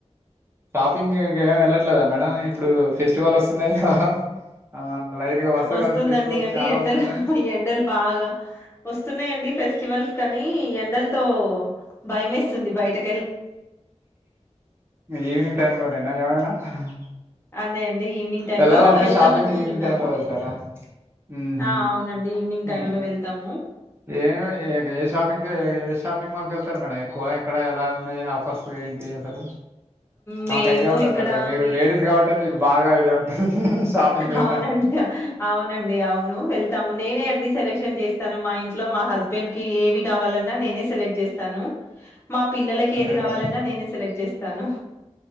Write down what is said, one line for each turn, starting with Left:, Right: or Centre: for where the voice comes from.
Right: షాపింగ్ ఏమి వెళ్ళట్లేదా మేడం. ఇప్పుడు ఫెస్టివల్ వస్తున్నాయి కదా. ఆ లైన్ గా వరుసగా
Left: వస్తుందండి
Right: ఫెస్టివల్స్
Left: కానీ
Right: చాలా
Left: ఎండలు
Right: వస్తున్నాయి
Left: ఎండలు బాగా వస్తున్నాయండి ఫెస్టివల్స్. కానీ ఎండలతో భయమేస్తుంది బయటకు.
Right: ఈవినింగ్ టైం లోనేన్న ఏమైనా. ఆహ్.
Left: అదే అండి ఈవినింగ్. టైమ్
Right: వేళ్ళాలంటే
Left: లో వెళ్దాం
Right: షాపింగ్
Left: అనుకుంటున్నాము
Right: ఈవినింగ్ టైమ్ లో వెళ్తారా ఉమ్ ఉమ్
Left: ఆ అవునండి ఈవినింగ్ టైమ్ లో వెళ్తాము
Right: ఏ ఏ షాపింగ్ ఏ షాపింగ్ షాపింగ్ సిమాల్ క వెళ్తార మేడం ఎక్కువ ఎక్కడ ఎలా ఉన్నాయి ఆఫర్స్ ఏంటి అసలు.
Left: మేము
Right: మాకు ఐడియా ఉండదు
Left: ఇక్కడ.
Right: పెద్దగా మీరు లేడీస్ కాబట్టి మీకు బాగా ఐడియా. ఉంటుంది షాపింగ్ మీద
Left: అవునండి అవునండి అవును వెళ్. తమ్ నేనే. నేనె సెలెక్షన్ చేస్తాను మా ఇంట్లో. ట్లో మా హస్బెండ్ కి ఏవి కావాలన్నా నేనే సెలెక్ట్ చేస్తాను. మా పిల్లలకి
Right: అదే
Left: ఏది
Right: మేడం
Left: కావాలన్నా నేనే సెక్ట్ చేస్తా. తను.